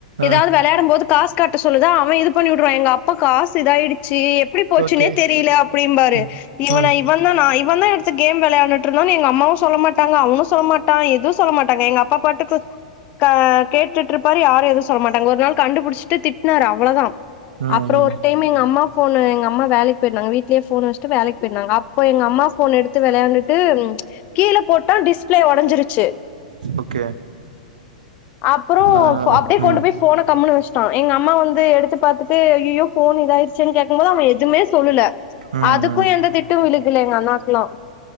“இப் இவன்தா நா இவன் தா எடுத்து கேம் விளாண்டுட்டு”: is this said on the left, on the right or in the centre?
Left